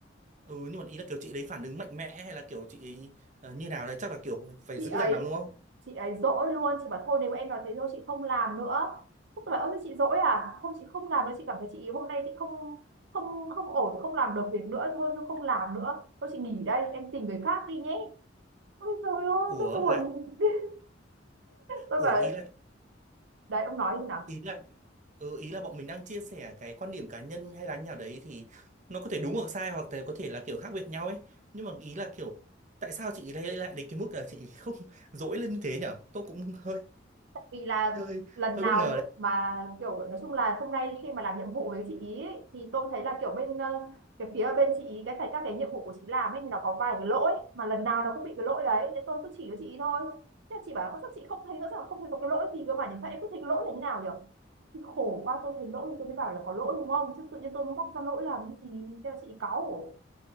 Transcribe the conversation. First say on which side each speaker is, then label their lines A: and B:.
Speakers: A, on the right; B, on the right.
A: Ừ nhưng mà ý là kiểu chị đấy phản ứng mạnh mẽ hay là kiểu chị ấy ờ, như nào đấy chắc là kiểu phải
B: chị
A: dữ
B: ấy
A: dằn lắm đúng không?
B: chị ấy dỗi luôn chị bảo thôi nếu em nói thế thôi chị không làm nữa tôi bảo ơ thế chị dỗi à không chị không làm nữa chị cảm thấy chị hôm nay chị không không không ổn không làm được việc nữa thôi tôi không làm nữa tôi chị nghỉ đây em tìm người khác đi nhé ôi rồi ôi
A: Ủa
B: tôi buồn
A: là
B: <laughs> tôi
A: ủa
B: bảo
A: ý là
B: đấy ông nói như nào
A: ý là ừ, ý là bọn mình đang chia sẻ cái quan điểm cá nhân hay là như nào đấy thì nó có thể đúng hoặc sai hoặc là có thể là kiểu khác biệt nhau ấy. Nhưng mà ý là kiểu tại sao chị đây lại đến cái mức là chị không <laughs> dỗi lên như thế nhở? Tôi cũng hơi
B: vì là
A: hơi
B: lần
A: hơi
B: nào
A: bất ngờ đấy.
B: mà kiểu nói chung là hôm nay khi mà làm nhiệm vụ với chị ý ấy, thì tôi thấy là kiểu bên ờ, cái phía bên chị ý cái cái các cái nhiệm vụ của chị làm ấy thì nó có vài cái lỗi mà lần nào nó cũng bị cái lỗi đấy nên tôi cứ chỉ cho chị ý thôi thế là chị bảo "Ơ, sao chị không thấy rõ ràng không thấy có cái lỗi gì cơ mà nhỉ sao em cứ thấy cái lỗi là như nào nhỉ thì khổ quá tôi thấy lỗi thì tôi mới bảo là có lỗi đúng không chứ tự nhiên tôi móc ra lỗi làm cái gì thế là chị ý cáu